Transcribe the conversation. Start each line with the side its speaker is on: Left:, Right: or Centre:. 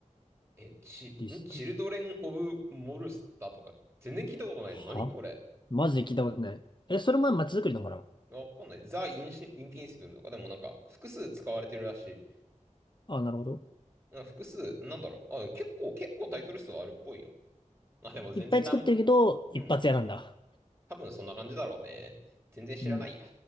Right: え、ち、
Left: リスト
Right: んチルドレン・オブ・モルスターとか、全然聞いたことないの。
Left: は
Right: 何これ。
Left: マジで聞いたことない。え、それも街づくりなのかな
Right: わかんない。ザ・インシ、インピンシブルとか、でもなんか、複数使われてるらしい。
Left: あ、なるほど。
Right: うん複数、なんだろう。あ、結構、結構タイトル数はあるっぽいよ。まあ、でも全然なん、
Left: いっぱい作ってるけど、一発屋なんだ。
Right: うん。多分そんな感じだろうね。全然知らないや。
Left: うん。